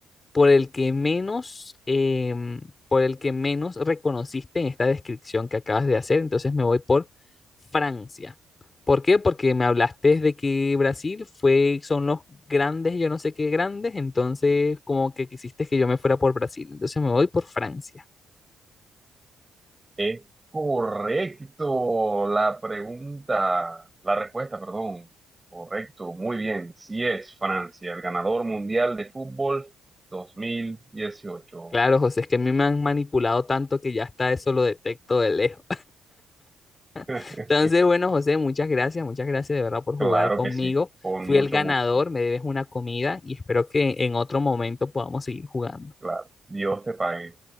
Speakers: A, on the left (about 30°); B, on the right (about 20°).
A: por el que menos, em, por el que menos reconociste en esta descripción que acabas de hacer, entonces me voy por Francia. ¿Por qué? Porque me hablaste de que Brasil fue, son los grandes, yo no sé qué grandes, entonces como que quisiste que yo me fuera por Brasil, entonces me voy por Francia.
B: Es correcto la pregunta, la respuesta, perdón. Correcto, muy bien. Sí es Francia, el ganador mundial de fútbol 2018.
A: Claro, José, es que a mí me han manipulado tanto que ya hasta eso lo detecto de lejos.
B: <laughs>
A: <laughs> Entonces, bueno, José, muchas gracias, muchas gracias de verdad por
B: Claro
A: jugar conmigo.
B: que sí, con
A: Fui
B: mucho
A: el ganador,
B: gusto.
A: me debes una comida y espero que en otro momento podamos seguir jugando.
B: Claro, Dios te pague.